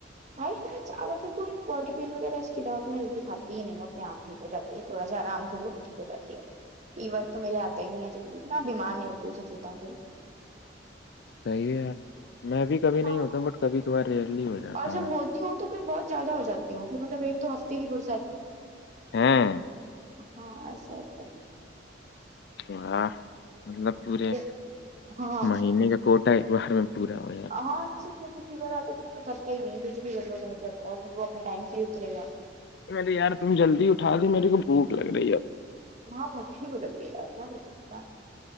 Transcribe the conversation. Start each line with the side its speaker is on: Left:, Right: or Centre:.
Right: بھائی اگر دیکھ باڈی پین وغیرہ اس کی دوا تو میں جلدی کاتی ہی نہیں اپنے آپ ٹھیک ہو جاتی ہے تھوڑا س آرام کر ٹھیک ہو جی ہے فیور تو میرے آتا ہی نہیں ہے جلدی میں بیمار نہیں ہوتی اسےو ہوتا ہوں جلدی
Left: صحی ہے یار میں بھی کبھی نہیں
Right: ہاں
Left: ہوتا ہ بٹ کبھی ک بار ریئللی ہو جاتا
Right: اور
Left: ہوں
Right: جب ہوتی ہ تو پھر بہت زیادہ ہو جاتی ہوں پھر مطلب ایک تو ہفتے کی فرصت
Left: ہاں
Right: ہاں ایسا ہوتا
Left: واہ مطلب پورے
Right: ہے ہاں
Left: مہینے کا کوٹا ایک بر میں پورا ہو ج
Right: ہاں سوچا فیور آتا ہے تو مھ ارتا ہی نہیں کھ بھی ل نہیں اترتا پھر وہ اپنے ٹائم سے ہی اتر گا
Left: مے یار تم جلدی اٹا دی میرے کو بھوک لگ رہی ہے اور
Right: ہاں مجھے ب لگی ہے کیا کر سکتا